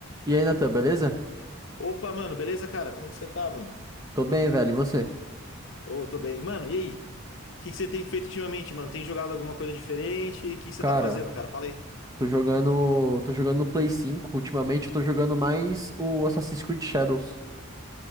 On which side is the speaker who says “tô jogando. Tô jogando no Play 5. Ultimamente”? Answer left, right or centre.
Right